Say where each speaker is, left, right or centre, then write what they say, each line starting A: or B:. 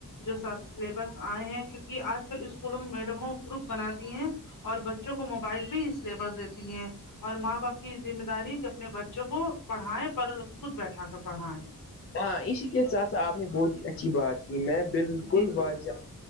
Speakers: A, on the left; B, on the left.
A: جو سب سلیبس آئے ہیں کیونکہ آج کل اسکولوں میں میڈموں گروپ بنا دیں ہیں اور بچوں کو موبائل پہ ہی سلیبس دیتی ہیں اور ماں باپ کی ذمہ داری کہ اپنے بچوں کو پڑھائیں پر خود بیٹھا کر پڑھائیں
B: ہاں اسی کے ساتھ ساتھ آپ نے بہت ہی اچھی بات کی میں بالکل
A: جی جی
B: واضع